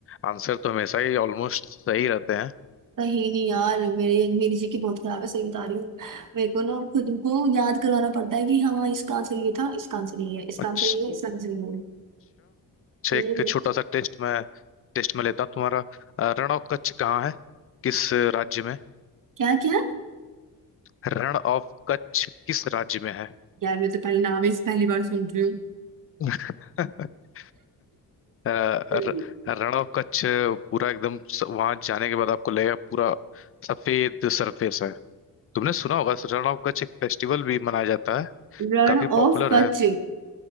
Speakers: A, on the left (about 35°); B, on the right (about 55°).
A: आंसर तो हमेशा ही ऑलमोस्ट सही रहते हैं
B: कहीं नहीं यार मेरे मेरी जी की बहुत खराब है सही बता रही हूँ मेरे को ना खुद को याद करवाना पड़ता है कि हाँ इसका आंसर ये था इसका आंसर ये है इसका
A: अच्छा
B: आंसर ये है इसका आंसर ये है
A: अच्छा
B: हम्म,
A: एक छोटा सा टेस्ट मैं टेस्ट में लेता हूँ तुम्हारा अ, रण ऑफ कच्छ कहाँ है किस राज्य में
B: क्या क्या
A: रण ऑफ कच्छ किस राज्य में है
B: यार मैं तो पहले नाम ही इस पहली बार सुन रही हूँ
A: <laughs> अ, र-
B: <laughs>
A: रण ऑफ कच्छ पूरा एकदम वहां जाने के बाद आपको लगेगा पूरा सफेद सरफेस है तुमने सुना होगा रण ऑफ कच्छ एक फेस्टिवल भी मनाया जाता है
B: रण
A: काफी
B: of
A: पॉपुलर
B: Kutch
A: है